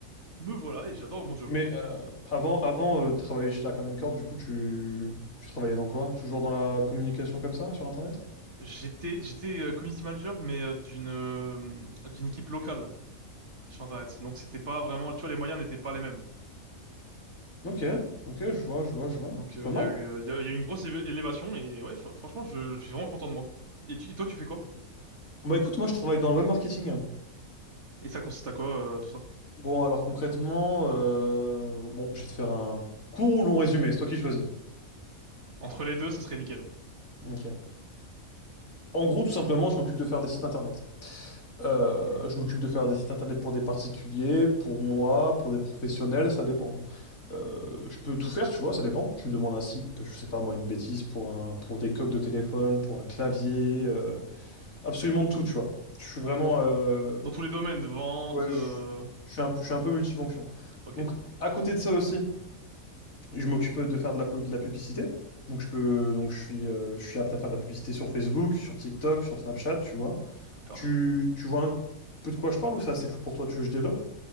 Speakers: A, on the right (about 50°); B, on the left (about 70°).
A: me voilà, et j'adore mon job.
B: Mais euh, avant, avant euh, de travailler chez la Carmine Corp, du coup, tu, tu travaillais dans quoi? Toujours dans la communication comme ça, sur Internet?
A: J'étais j'étais euh, community manager mais euh, d'une euh, d'une équipe locale sur Internet. Donc c'était pas vraiment tu vois les moyens n'étaient pas les mêmes.
B: Ok, ok, je vois, je vois, je vois.
A: Donc
B: C'est
A: euh,
B: pas
A: il
B: mal.
A: y a eu euh, il y a, il y a eu une grosse éve- élévation et ouais fr- franchement je, je suis vraiment content de moi. Et, tu- et toi tu fais quoi?
B: Bah écoute, moi, je travaille dans le web marketing. hein.
A: Et ça consiste à quoi euh, tout ça?
B: Bon, alors concrètement, euh, bon, je vais te faire un court ou long résumé, c'est toi qui choisis.
A: Entre les deux ça serait nickel.
B: Ok. En gros, tout simplement, je m'occupe de faire des sites internet. Euh,
A: Ok.
B: je m'occupe de faire des sites internet pour des particuliers, pour moi, pour des professionnels, ça dépend. Euh, je peux tout faire, tu vois, ça dépend. Tu me demandes un site, je sais pas moi, une bêtise pour un, pour des coques de téléphone, pour un clavier, euh, absolument de tout, tu vois. Je suis vraiment,
A: D'accord.
B: euh,
A: Dans tous les domaines vente
B: ouais, je,
A: euh,
B: je suis un, peu- je suis un peu multifonction.
A: ok
B: Donc, à côté de ça aussi. je m'occupe de faire de la, pub- de la publicité. Donc je peux, donc je suis, euh, je suis apte à faire de la publicité sur Facebook, sur TikTok, sur Snapchat, tu vois.
A: d'accord.
B: Tu, tu vois un peu de quoi je parle ou c'est assez flou pour toi? Tu veux que je développe?